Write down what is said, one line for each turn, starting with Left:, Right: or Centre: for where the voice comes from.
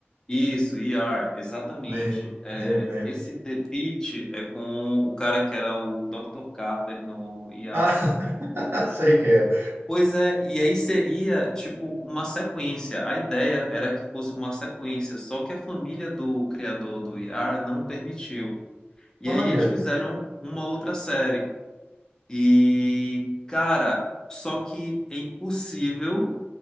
Left: isso, ER, exatamente.
Right: Lembro,
Left: É,
Right: lembro, lembro.
Left: esse The Pitt é com o cara que era o Dr. Carter no ER.
Right: Ah, <laughs> sei que é.
Left: Pois é, e aí seria tipo uma sequência. A ideia era que fosse uma sequência, só que a família do criador do IAR não permitiu. E
Right: Olha,
Left: aí eles fizeram uma outra série. E, cara, só que é impossível